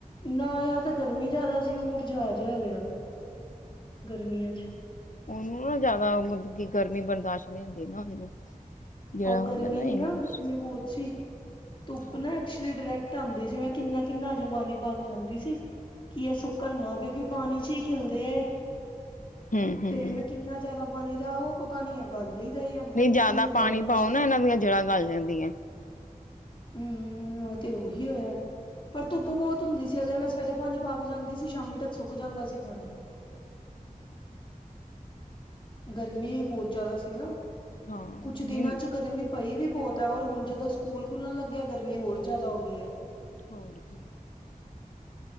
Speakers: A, on the left; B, on the left.
A: ਨਾ ਯਾਰ ਤਾਂ ਗਰਮੀ ਜ਼ਿਆਦਾ ਸੀ, ਔ ਮੁੁਰਜਾ ਜਾ ਗਿਆ ਗਰਮੀਆਂ ਚ
B: ਉਹਨੂੰ ਨਾ ਜ਼ਿਆਦਾ ਮਤਲਬ ਕਿ, ਗਰਮੀ ਬਰਦਾਸ਼ਤ ਨਹੀਂ ਹੁੰਦੀ ਨਾ ਉਹਨੂੰ ਜਿਹੜਾ
A: ਉਹ
B: ਹੁੰਦਾ
A: ਗਰਮੀ ਨੀ
B: ਇੰਗਲਿਸ਼
A: ਨਾ ਗਰਮੀ ਬਹੁਤ ਸੀ ਧੁੱਪ
B: ਹਮ
A: ਨਾ ਡਾਇਰੈਕਟ ਆਉਂਦੀ ਸੀ, ਮੈਂ ਕਿੰਨਾ ਕਿੰਨਾ ਔਚ ਪਾਣੀ ਪਾ ਕੇ ਜਾਂਦੀ ਸੀ। ਕੀ ਐ ਸੁੱਕਣ ਨਾ ਕਿਉਂਕਿ ਪਾਣੀ ਚ ਹੀ ਖਿਲਦੇ ਹੈਏ।
B: ਹਮ
A: ਤੇ ਮੈਂ ਕਿੰਨਾ ਜਿਆਦਾ ਪਾਣੀ ਜਾ ਉਹ ਪਤਾ ਨੀ ਆ ਗੱਲ ਹੀ ਗਏ ਆ। ਪਤਾ
B: ਨਹੀਂ
A: ਨੀ
B: ਜਿਆਦਾ
A: ਕੀ ਹੋਇਆ
B: ਪਾਣੀ
A: ਉਹਨਾਂ
B: ਪਾਓ,
A: ਚ
B: ਨਾ ਇਹਨਾਂ ਦੀਆਂ ਜੜ੍ਹਾਂ ਗਲ ਜਾਂਦੀਆਂ।
A: ਹੂੰ ਉਹ ਤੇ ਉਹੀ ਹੋਇਆ। ਪਰ ਧੁੱਪ ਬਹੁਤ ਹੁੰਦੀ ਸੀ, ਅਗਰ ਮੈਂ ਸਵੇਰੇ ਪਾਣੀ ਪਾ ਕੇ ਜਾਂਦੀ ਸੀ ਸ਼ਾਮੀ ਤੱਕ ਸੁੱਕ ਜਾਂਦਾ ਸੀ, ਪਾਣੀ ਗਰਮੀ ਵੀ ਬਹੁਤ ਜ਼ਿਆਦਾ ਸੀ ਨਾ,
B: ਹਾਂ
A: ਕੁਛ ਦਿਨਾਂ
B: ਨਹੀਂ
A: ਚ ਗਰਮੀ ਪਈ ਵੀ ਬਹੁਤ ਹੈ, ਔਰ ਹੁਣ ਜਦੋਂ ਸਕੂਲ ਖੁੱਲਣ ਲੱਗਿਆ ਗਰਮੀ ਹੋਰ ਜ਼ਿਆਦਾ ਹੋ ਗਈ ਹੈ।
B: ਹੋਰ ਕੇ,